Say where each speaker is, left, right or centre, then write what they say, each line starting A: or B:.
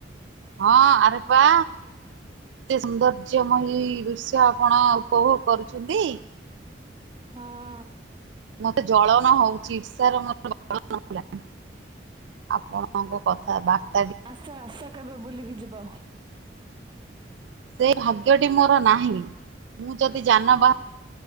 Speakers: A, on the right; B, on the right.
A: ହଁ ଆରେ ପା ଏତେ ସୌନ୍ଦର୍ଯ୍ୟମୟୀ ଦୃଶ୍ୟ ଆପଣ ଉପଭୋଗ କରୁଛନ୍ତି।
B: ହଁ।
A: ମୋତେ ଜଳନ ହଉଛି ଇର୍ଷାର ମୋର ଜଳଲାଣି। ଆପଣଙ୍କ କଥା ବାର୍ତ୍ତା
B: ଆସ ଆସ କେବେ ବୁଲିକି ଯିବ।
A: ସେ ଭାଗ୍ୟଟି ମୋର ନାହିଁ ମୁଁ ଯଦି ଯାନ ବାହ